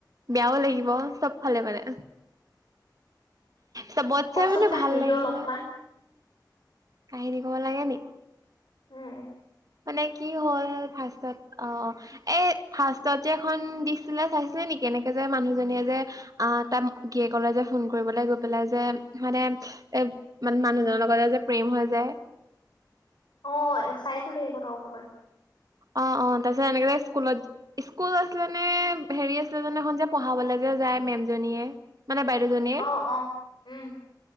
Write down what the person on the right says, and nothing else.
বেয়াও লাগিব, চবফালে মানে। চবতচে
মানে
ভাল লাগিলে।
কাহিনী ক'ব লাগে নি?
মানে কি হ'ল, ফাৰ্ষ্টত অ', এ ফাৰ্ষ্টত যে, এখন দিছিলে চাইছিলি নিকি? এনেকে যে, মানুহজনীয়ে যে, আ তা, গিৰিয়েকলে যে, ফোন কৰিবলে গৈ পেলাই যে, মানে এ, মানে মানুহজনৰ লগতে যে, প্ৰেম হৈ যায়।
অ', অ', তাৰপিছত এনেকে স্কুলত, ইস্কুল আছিলেনে, হেৰি আছিলে, যোনখন যে, পঢ়াবলে যে, যা যায় মেমজনীয়ে। মানে বাইদেউজনীয়ে